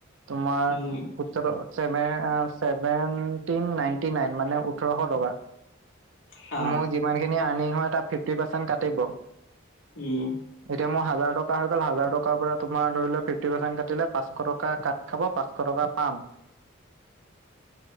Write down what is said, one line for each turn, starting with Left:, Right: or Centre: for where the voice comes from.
Right: তোমাৰ,
Left: উম
Right: সোতৰো ছেভেন, ছেভেনটি নাইনটি নাইন মানে ওঠৰশ টকা।
Left: হা
Right: মোৰ যিমানখিনি আৰ্নিং হয় তাত ফিফটি পাৰ্চেণ্ট কাটিব।
Left: উম,
Right: এতিয়া মোৰ হাজাৰ টকা হৈ গ'ল হাজাৰ টকাৰ পৰা তুমাৰ ধৰি লও ফিফটি পাৰ্চেণ্ট কাটিলে পাচশ টকা কাট খাব পাচ এশ টকা পাম।